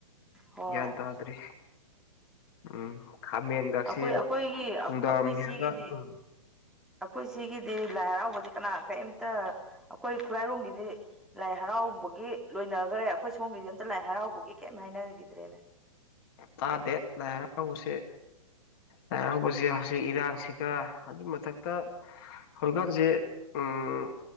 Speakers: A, in the centre; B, on the left.
A: ꯍꯣꯏ
B: ꯌꯦꯇ ꯑꯗꯨꯗ꯭ꯔꯤ ꯎꯝ ꯈꯥꯃꯦꯟ ꯈꯛꯁꯤꯦ
A: ꯑꯩꯈꯣꯏ ꯑꯩꯈꯣꯏꯒꯤ ꯑꯩꯈꯣꯏ
B: ꯅꯨꯡꯗꯥꯡ ꯋꯥꯔꯝ ꯍꯦꯛꯒ
A: ꯁꯤꯒꯤꯗꯤ
B: ꯎꯝ
A: ꯑꯩꯈꯣꯏ ꯁꯤꯒꯤꯗꯤ ꯂꯥꯏ ꯍꯔꯥꯎꯕꯗꯤ ꯀꯅꯥ ꯀꯔꯤꯝꯇ ꯑꯩꯈꯣꯏ ꯈꯨꯔꯥꯏꯔꯣꯝꯒꯤꯗꯤ ꯂꯥꯏ ꯍꯔꯥꯎꯕꯒꯤ ꯂꯣꯏꯅꯈꯔꯦ ꯑꯩꯈꯣꯏ ꯁꯣꯝꯒꯤꯗꯤ ꯑꯝꯇ ꯂꯥꯏ ꯍꯔꯥꯎꯕꯒꯤ ꯀꯩꯝ ꯍꯥꯏꯅꯈꯤꯗ꯭ꯔꯦꯅꯦ
B: ꯇꯥꯗꯦ ꯂꯥꯏꯔꯥꯎꯎꯁꯦ ꯂꯥꯏꯔꯥꯎꯁꯦ ꯍꯧꯖꯤꯛ ꯏꯔꯥꯡꯁꯤꯒ ꯑꯗꯨꯒꯤ ꯃꯊꯛꯇ ꯍꯧꯖꯤꯛꯀꯥꯟꯁꯦ ꯎꯝ